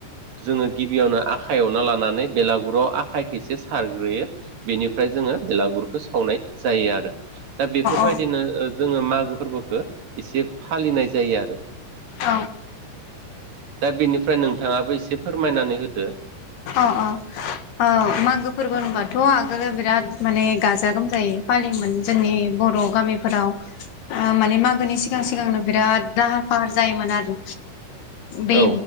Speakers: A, on the right (about 55°); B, on the left (about 65°).
A: जोङो गिबियावनो आखाइयावना लानानै बेलागुराव आखाइखौ एसे सारग्रोयो बेनिफ्राय जोङो बेलागुरखौ सावनाय जायो आरो दा बेफोरबायदिनो
B: औ
A: जोङो मागो फोरबोखौ एसे फालिनाय जायो आरो
B: औ
A: दा बेनिफ्राय नोंथाङाबो एसे फोरमायनानै होदो
B: अ अ मागो फोरबो होनबाथ' आगोलो बिराद माने गाजा गोमजायै फालियोमोन जोंनि बर' गामिफोराव माने मागोनि सिगां सिगांनो बिराद लाहार फाहार जायोमोन आरो बे
A: औ